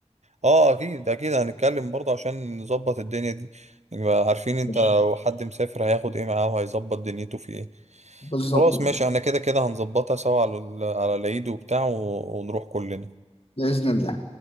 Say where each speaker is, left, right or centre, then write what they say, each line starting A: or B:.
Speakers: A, on the right; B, on the left.
A: اه اكيد اكيد هنتكلم برضه عشان نظبط الدنيا دي نبقى عارفين انت
B: ماشي
A: لو حد مسافر هياخد ايه معاه وهيظبط دنيته في ايه
B: بالظبط
A: خلاص
B: كده
A: ماشي احنا كده كده هنظبطها سوا على ال- على العيد وبتاع و- ونروح كلنا
B: بإذن الله